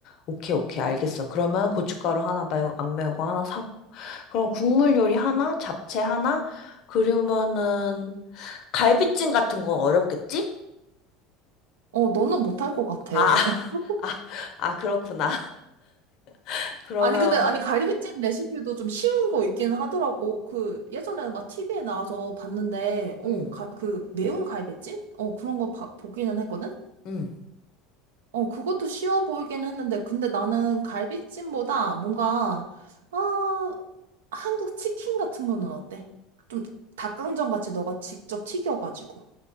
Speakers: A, on the left (about 55°); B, on the right (about 80°).
A: 오케이, 오케이, 알겠어. 그러면 고춧가루 하나, 매운, 안 매운 거 하나 사고. 그럼 국물 요리 하나, 잡채 하나, 그러면은 갈비찜 같은 건 어렵겠지?
B: 어, 너는 못할 것 같아.
A: 아,
B: <laughs>
A: <laughs> 아, 그렇구나. <laughs> 그러면,
B: 아니, 근데, 아니, 갈비찜 레시피도 좀 쉬운 거 있긴 하더라고. 그, 예전에 막 TV에 나와서 봤는데, 어,
A: 음,
B: 그, 매운 갈비찜? 어, 그런 거 봐- 보기는 했거든?
A: 음.
B: 어, 그것도 쉬워 보이긴 했는데, 근데 나는 갈비찜보다 뭔가, 어, 한국 치킨 같은 거는 어때? 좀 닭강정 같이 너가 직접 튀겨가지고.